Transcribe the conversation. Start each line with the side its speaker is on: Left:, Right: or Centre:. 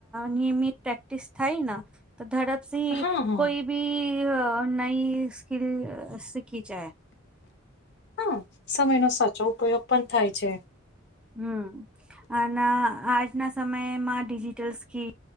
Centre: નિયમિત પ્રેક્ટિસ થાય ને તો ધડપથી
Left: હા હા
Centre: કોઈ ભી નઈ સ્કિલ સીખી જાય
Left: હા સમયનો સાચો ઉપયોગ પણ થાય છે
Centre: હમ્મ અને આજના સમયમાં digital scheme